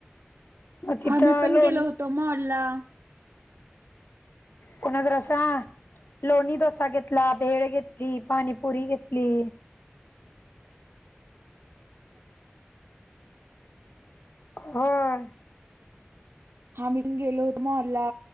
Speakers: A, on the left; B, on the right.
A: तिथं
B: हा मी पण
A: लोन
B: गेलो होतो मॉल ला <inaudible>
A: कोणाच रसा? लोणी डोसा घेतला, भेळ घेतली, पाणीपुरी घेतली. होय.
B: आम्ही पण गेलो होतो मॉलला,